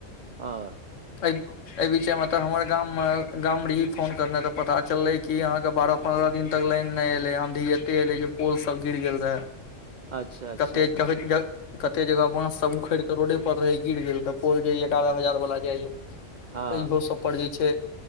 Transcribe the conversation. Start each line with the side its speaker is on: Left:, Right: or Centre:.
Right: ह
Left: त एहि विचयमे तऽ हमर गाममे गाम रही फोन करना तऽ पता चललै कि अहाँके बारह पंन्द्रह दिन तक लाइन नहि एले आँधी एते एऐले जे पोल सब गिर गेल रह
Right: अच्छा अच्छा
Left: कते कतेक जगह ब सब उखड़ तऽ रोडे पर रहै गिर गेल तऽ पोल जेय एगारह हजार वालला जाइय
Right: हँ
Left: त इहो सभ पर जे छै